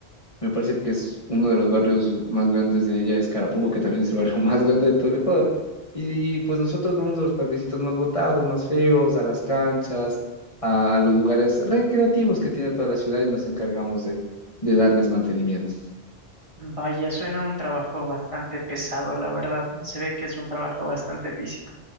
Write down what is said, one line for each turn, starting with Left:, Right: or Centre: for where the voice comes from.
Left: me parece que es uno de los barrios más grandes de ella, es Carapungo, que también es el barrio <laughs> más grande de todo el Ecuador. Y pues nosotros vamos a los parquecitos más botados, más feos, a las canchas, a los lugares recreativos que tiene toda la ciudad y nos encargamos de, de darles mantenimiento.
Right: Vaya, suena un trabajo bastante pesado, la verdad. Se ve que es un trabajo bastante físico.